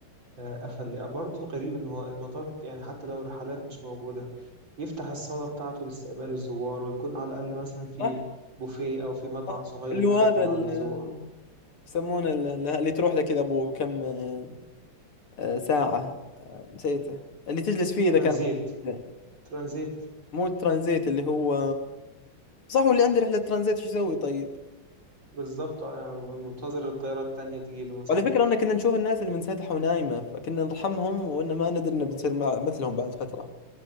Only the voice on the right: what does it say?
آه، قفل برضه الغريب ان هو المطار يعني حتى لو الرحلات مش موجوده يفتح الصالة بتاعته لاستقبال الزوار ويكون على الأقل مثلا في
بوفيه أو في مطعم
صغير
يخدم
على الذوق
ترانزيت
ترانزيت
بالظبط آه، منتظر الطيارة التانية تجيله مثلا